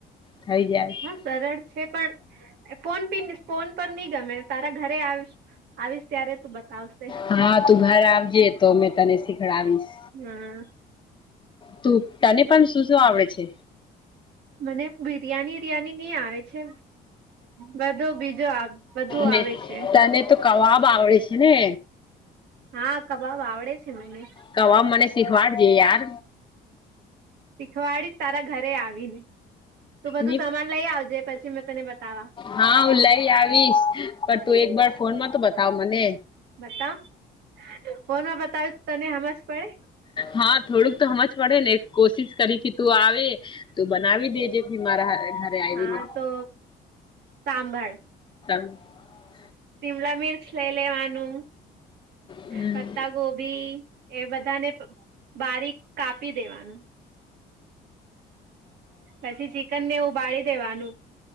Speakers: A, on the left; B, on the right.
A: થઈ જાય
B: હા, સરળ છે. પણ ફોન પી ફોન પર નહી ગમે તારા ઘરે આવીશ આવીશ ત્યારે તું બતાવશ
A: હા, તું ઘર આવજે તો મે તને શીખડાવીશ.
B: હા
A: તું તને પણ શું શું આવડે છે.
B: મને બિરિયાની વિરિયાની નહ આવે છે બધું બીજો આવ બધું
A: ને
B: આવે છે
A: તને તો કવાબ આવ છે ને
B: હા કબાબ આવડે છે મને
A: કવાબ મને શીખવાડજે યાર
B: શીખવાડીશ તારા ઘરે આવી ને તું બધું
A: ની
B: સમાન લઈ આવજે પછી મેં તને બતાવા
A: હા હું લઈ આવીશ પણ તું એક વાર ફોન માં તો બતાવ મને
B: બતાવ ફોનમાં બતાવ્યું તને હમજ પડે
A: હા થોડુંક તો હમજ પડે ને કોશિશ કરી કે તું આવે તો બનાવી દેજે મારાા હ ઘરે આઈવીને
B: હા તો સાંભળ
A: <unintelligible>
B: શીમલા મિર્ચ લઇ લેવાનું,
A: હમ
B: પતા ગોભી એ બધાને બારીક કાપી દેવાનું. પછી ચિકન ને ઉબાડી દેવાનું